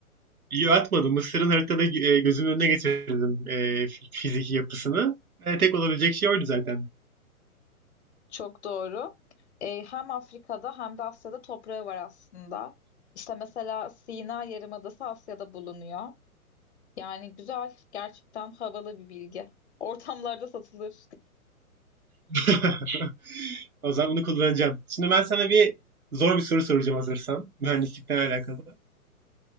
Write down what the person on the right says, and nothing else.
Yo atmadım. Mısır'ın haritada e, gözümün önüne getirdim e, fi- fiziki yapısını. E, tek olabilecek şey oydu zaten.
<laughs> O zaman bunu kullanacağım. Şimdi ben sana bir zor bir soru soracağım hazırsan. Mühendislikten alakalı.